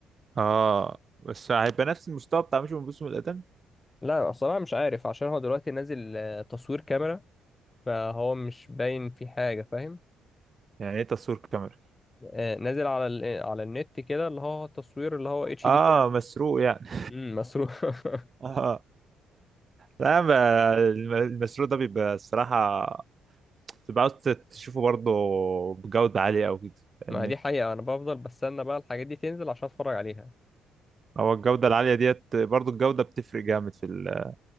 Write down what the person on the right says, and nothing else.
اه بس هيبقى نفس المستوى بتاع مش من القدم
يعني ايه تصوير كاميرا
اه
مسروق يعني
<laughs> اه لا ما- الم- المسروق ده بيبقى الصراحة بتبقى عاوز تشوفه برضه بجودة عالية أو كده فاهمني
هو الجودة العالية ديت برضه الجودة بتفرق جامد في ال-